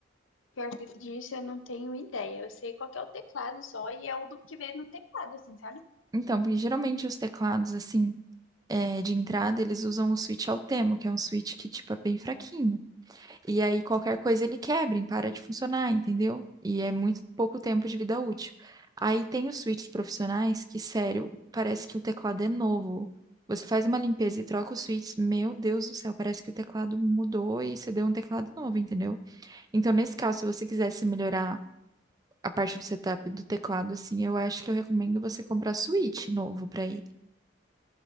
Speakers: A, on the left; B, on the right.
A: pior que disso, eu não tenho ideia. Eu sei qual que é o teclado só e é o do que vem no teclado, assim, sabe?
B: Então, porque geralmente os teclados, assim, é, de entrada, eles usam o Switch Altemo, que é um Switch que, tipo, é bem fraquinho. E aí qualquer coisa ele quebra, e para de funcionar, entendeu? E é muito pouco tempo de vida útil. Aí tem os switches profissionais que, sério, parece que o teclado é novo. Você faz uma limpeza e troca os switches, meu Deus do céu, parece que o teclado mudou e você deu um teclado novo, entendeu? Então, nesse caso, se você quisesse melhorar a parte do setup do teclado, assim, eu acho que eu recomendo você comprar Switch novo pra ele.